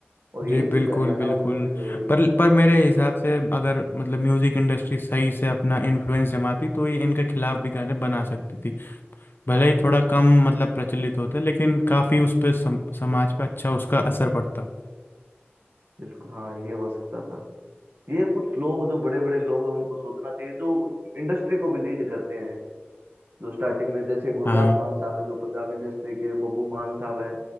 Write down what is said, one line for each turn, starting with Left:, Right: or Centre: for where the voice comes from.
Right: और यही
Left: जी बिल्कुल
Right: चीज हरियाणा
Left: बिल्कुल
Right: और यूपी में हो रही
Left: पर
Right: है
Left: पर मेरे हिसाब से अगर मतलब म्यूज़िक इंडस्ट्री सही से अपना इन्फ्लुएंस जमाती तो ये इनके खिलाफ भी गाने बना सकती थी भले ही थोड़ा कम मतलब प्रचलित होते लेकिन काफ़ी उस पर सम, समाज पे अच्छा उसका असर पड़ता
Right: बिल्कुल हाँ ये हो सकता था ये कुछ लोग जो बड़े बड़े लोग हैं उनको सोचना चाहिए जो इंडस्ट्री को भी लीड करते हैं जो स्टार्टिंग में जैसे गुरदास
Left: हाँ हाँ।
Right: मान साहब है जो पंजाब इंडस्ट्री के बब्बू मान साहब हैं